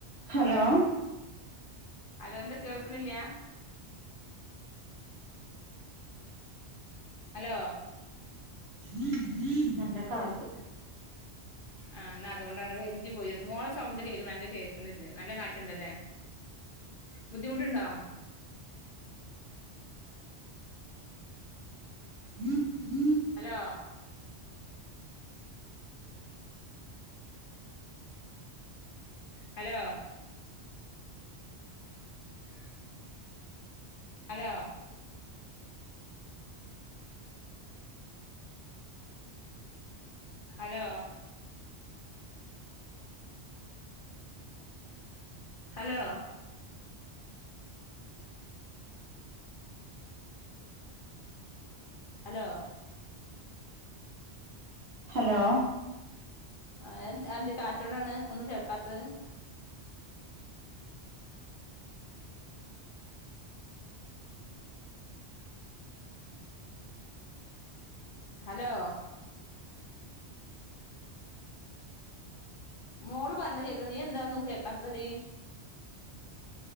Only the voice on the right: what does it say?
ഹലോ
ഉ നല്ല കാത്ത്
ഹലോ
ഹലോ